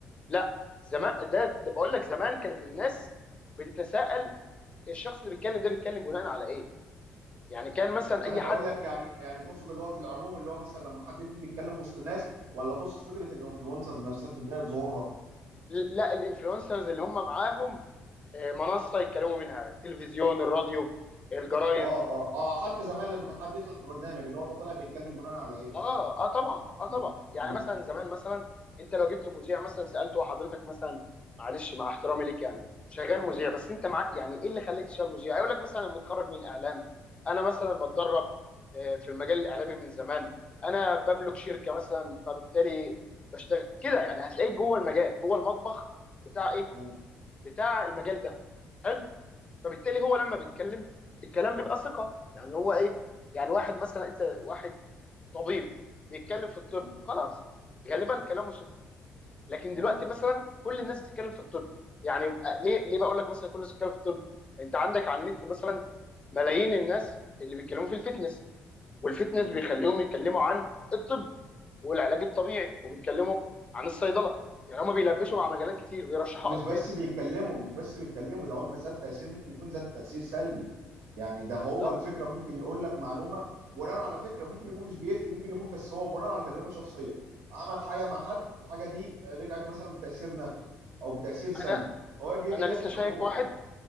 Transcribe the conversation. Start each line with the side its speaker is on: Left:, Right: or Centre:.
Left: لا زمان ده, ده بقول لك زمان كانت الناس بتتساءل الشخص اللي بيتكلم ده بيتكلم بناء على ايه يعني كان مثلا
Right: لا، ما
Left: اي
Right: انا بقول
Left: حد
Right: لك يعني يعني تقصد اللي هو في العموم اللي هو مثلا لما حد يكون بيتكلم وسط الناس ولا تقصد فكرة الانفلونسرز نفسها في بداية ظهورها
Left: لا الانفلونسرز اللي هم معاهم آه، منصه يتكلموا منها التلفزيون الراديو الجرايد
Right: اه اه اه حتى زمان لما كان حد يطلع في برنامج اللي هو ده طالع بيتكلم بناء على ايه صح
Left: اه اه طبعا اه طبعا
Right: مم.
Left: يعني
Right: مم.
Left: مثلا زمان مثلا انت لو جبت مذيع مثلا سالته حضرتك مثلا معلش مع احترامي ليك يعني شغال مذيع بس انت مع يعني ايه اللي خلاك تشتغل مذيع؟ هيقول لك مثلا متخرج من اعلام انا مثلا بتدرب آه، في المجال الاعلامي من زمان انا بملك شركه مثلا فبالتالي بشتغل كده يعني هتلاقيك جوه المجال جوه المطبخ بتاع ايه؟
Right: مم.
Left: بتاع المجال ده حلو فبالتالي هو لما بيتكلم الكلام بيبقى ثقه يعني هو ايه يعني واحد مثلا انت واحد طبيب بيتكلم في الطب
Right: مم.
Left: خلاص غالبا كلامه ثقه لكن دلوقتي
Right: مم.
Left: مثلا كل الناس بتتكلم في الطب يعني بقى- ليه ليه بقول لك مثلا كل الناس بتتكلم في الطب انت عندك على النت مثلا ملايين الناس اللي بيتكلموا في الفتنس والفتنس
Right: مم.
Left: بيخليهم يتكلموا عن الطب والعلاج الطبيعي وبيتكلموا عن الصيدله يعني هما بيلمسوا مع مجالات كتير بيرشحوا
Right: ده مش
Left: ادويه
Right: بس بيتكلموا مش بس بيتكلموا ده هم ذات تأثير ممكن يكون ذات تأثير سلبي يعني ده هو
Left: بالظبط
Right: الفكرة ممكن يقول لك معلومة بناء على فكرة ممكن يكون مش بيفتي ممكن يكون بس هو بناء على تجربة شخصية عمل حاجة مع حد الحاجة دي رجعت مثلا بتأثير نفعي او بتأثير سلبي
Left: انا
Right: فهو يجي ينقل
Left: انا لسه
Right: لك التجربة
Left: شايف واحد